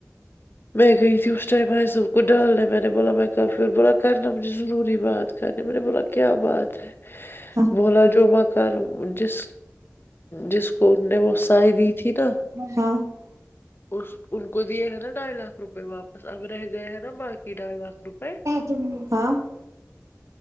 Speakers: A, on the left; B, on the right.
A: میں گئی ت اس ٹائ آس بالکل ڈالن نے میں نے بوللا میں کافی اور بولا <unintelligible> <unintelligible> کرنا مجھے ضروری بات کرنی میں نے بولا کیا بات ہے
B: ہاں
A: بولا جو م کر جس جس کو نے وہ سائے دی تھی نا
B: ہ ہاں <unintelligible> <unintelligible>
A: اس ان کو دیے ہے نا ڈھائی لاکھ روپے واپس اب رہ گئے ہیں نا باقی ڈھائی لاکھ روپے
B: ہاں <unintelligible>